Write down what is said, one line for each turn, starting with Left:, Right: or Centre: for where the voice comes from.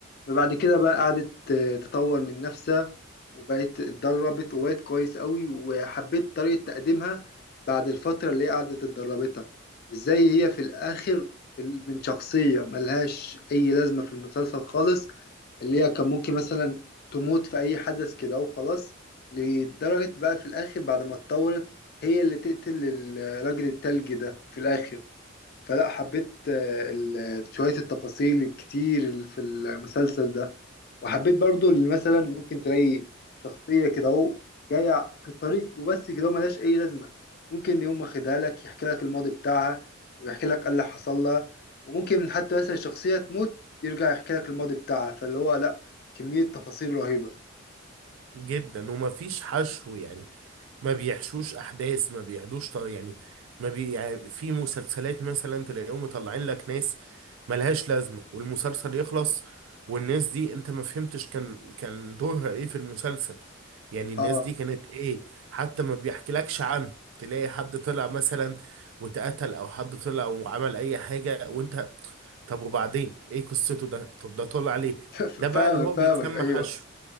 Left: فبعد كده بقى قعدت آه، تطور من نفسها وبقت اتدربت وبقت كويس قوي وحبيت طريقة تقديمها بعد الفترة اللي هي قعدت اتدربتها وازاي هي في الآخر ال- من شخصية ملهاش أي لازمة في المسلسل خالص اللي هي كان ممكن مثلا تموت في أي حدث كده وخلاص لدرجة بقى في الآخر بعد ما اتطورت هي اللي تقتل الراجل التلجي ده في الآخر فلا حبيت آه، ال- شوية التفاصيل الكتير اللي في المسلسل ده وحبيت برضو اللي مثلا ممكن تلاقي شخصية كده اهو جاية في الطريق وبس كده اهو ملهاش أي لازمة ممكن يقوم واخدها لك يحكي لك الماضي بتاعها ويحكي لك ايه اللي حصل لها وممكن حتى مثلا شخصية تموت يرجع يحكي لك الماضي بتاعها فاللي هو لا كمية تفاصيل رهيبة
Right: جدا ومفيش حشو يعني ما بيحشوش احداث ما بيعدوش طر يعني ما بي يعني في مسلسلات مثلا تلاقيهم مطلعين لك ناس ملهاش لازمه والمسلسل يخلص والناس دي انت ما فهمتش كان كان دورها ايه في المسلسل يعني الناس
Left: اه
Right: دي كانت ايه حتى ما بيحكيلكش عنه تلاقي حد طلع مثلا واتقتل او حد طلع وعمل اي حاجه وانت طب وبعدين ايه قصته ده طب ده طلع ليه
Left: <laughs>
Right: ده بقى
Left: فاهمك
Right: اللي هو
Left: فاهمك
Right: بيتسمى
Left: ايوه
Right: حشو